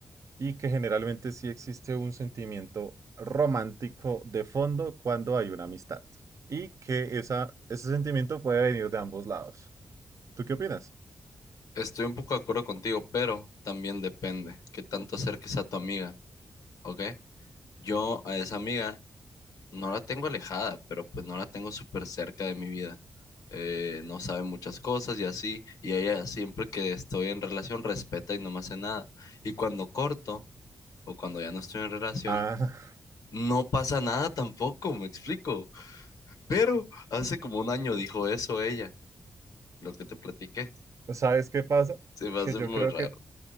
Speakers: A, on the right; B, on the left.
A: y que generalmente sí existe un sentimiento romántico de fondo cuando hay una amistad y que esa, ese sentimiento puede venir de ambos lados. ¿Tú qué opinas?
B: Estoy un poco de acuerdo contigo, pero también depende qué tanto acerques a tu amiga, ¿ok? Yo a esa amiga no la tengo alejada, pero pues no la tengo súper cerca de mi vida. Eh, no sabe muchas cosas y así, y ella siempre que estoy en relación respeta y no me hace nada. Y cuando corto o cuando ya no estoy en relación,
A: Ah,
B: no pasa nada tampoco, me explico. Pero hace como un año dijo eso ella. lo que te platiqué.
A: <laughs> ¿sabes qué pasa?
B: Se me
A: Que
B: hace
A: yo
B: muy
A: creo
B: raro.
A: que